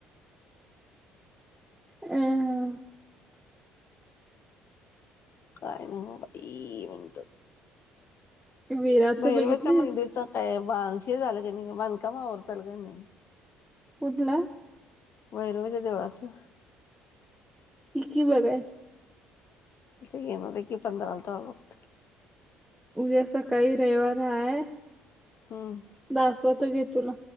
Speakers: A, in the centre; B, on the left.
A: अं.
B: काय ना म बाई म्हणतं.
A: विराच
B: भैरवाच्या
A: बघितलीस?
B: मंदेचं ऐ ब हे झालं का नाही गं. बांधकाम आवरताल का नाही?
A: कुठलं?
B: भैरोबाच्या देवळाचं.
A: इ कि बघाय.
B: आता येणारय की पंधराला. तवा बघू
A: उद्या सकाळी रयवार हाय.
B: हम्म.
A: दाखवतो गे तुला.